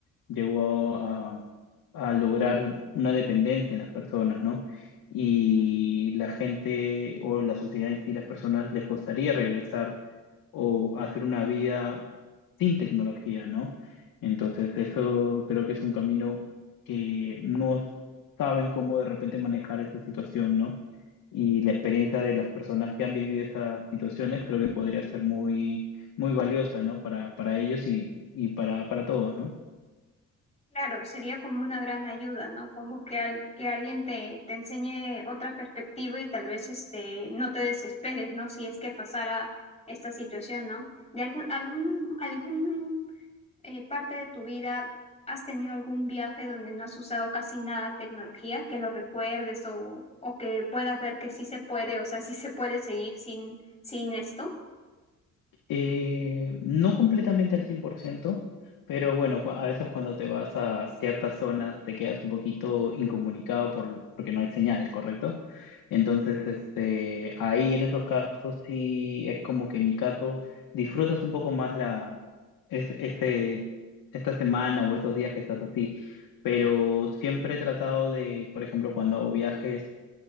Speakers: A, on the left; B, on the left.
A: llegó a, a lograr una dependencia en las personas, ¿no? y la gente o la sociedad en sí, las personas les costaría regresar o hacer una vida sin tecnología, ¿no? Entonces, eso creo que es un camino que no saben cómo de repente manejar esta situación, ¿no? Y la experiencia de las personas que han vivido esas situaciones creo que podría ser muy, muy valiosa, ¿no? Para, para ellos y, y para, para todos, ¿no?
B: Claro, sería como una gran ayuda, ¿no? Como que, al- que alguien te, te enseñe otra perspectiva y tal vez este, no te desesperes, ¿no? Si es que pasara esta situación, ¿no? De algún, algún, algún eh, parte de tu vida has tenido algún viaje donde no has usado casi nada de tecnología, que lo recuerdes o, o que puedas ver que sí se puede, o sea, sí se puede seguir sin, sin esto?
A: Eh, no completamente al cien por ciento pero bueno, cu- a veces cuando te vas a ciertas zonas te quedas un poquito incomunicado por, porque no hay señal, ¿correcto? Entonces, este, ahí en esos casos sí es como que en mi caso disfrutas un poco más la, es- este, esta semana o estos días que estás así, pero siempre he tratado de, por ejemplo, cuando hago viajes,